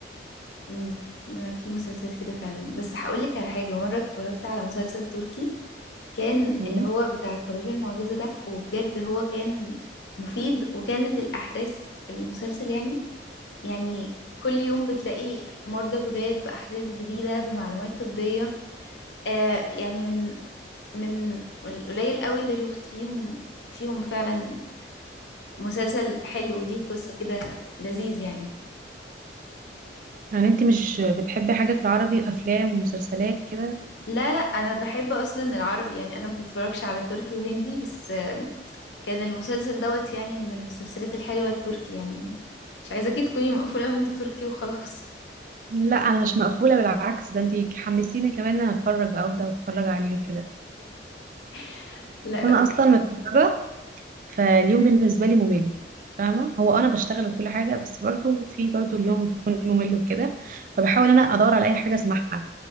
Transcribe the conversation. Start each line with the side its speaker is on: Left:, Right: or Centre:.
Left: مم. ما في مسلسلات كده فعلا بس هقولك على حاجة مرة اتفرجت على مسلسل تركي كان
Right: مم.
Left: اللي هو بتاع الطبيب المعجزة ده وبجد هو كان مفيد وكانت الأحداث في المسلسل يعني يعني كل يوم بتلاقي مرضى جداد بأحداث جديدة بمعلومات طبية آه يعني من من القليل قوي اللي شفت فيهم فيهم فعلا مسلسل حلو وليه قصة كده لذيذ يعني
Right: يعني انت مش بتحبي حاجة في العربي أفلام ومسلسلات كده
Left: لا لا انا بحب اصلا العربي يعني انا ما بتفرجش على تركي وهندي بس آه كان المسلسل دوت يعني من المسلسلات الحلوة التركي يعني مش عايزاكي تكوني مقفولة من التركي وخلاص
Right: لا أنا مش مقفولة بالعكس ده انت حمسيني كمان إن أنا أتفرج أبدأ أتفرج عليه وكده
Left: <laughs> لا
Right: بس أنا أصلا متفرجة فاليوم بالنسبة لي ممل فاهمة هو أنا بشتغل وكل حاجة بس برضو في برضو اليوم بيكون ممل وكده فبحاول أنا أدور على أي حاجة أسمعها